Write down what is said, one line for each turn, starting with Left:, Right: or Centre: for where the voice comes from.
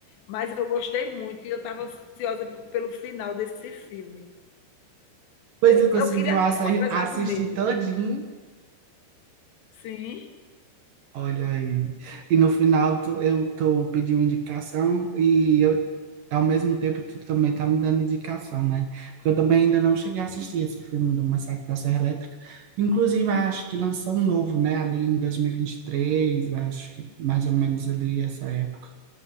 Left: Mas eu gostei muito e eu estava ansiosa p- pelo final desse filme.
Right: Depois
Left: Eu,
Right: eu consegui
Left: eu queria
Right: assi-
Left: assistir, apesar
Right: assistir
Left: do medo.
Right: todinho.
Left: Sim.
Right: Olha aí. E no final tu, eu tô pedindo indicação e eu, ao mesmo tempo tu também tá me dando indicação, né? Porque eu também ainda não cheguei a assistir esse filme do Massacre da Serra Elétrica. Inclusive, acho que lançou um novo, né? Ali em 2023, acho que mais ou menos ali essa época.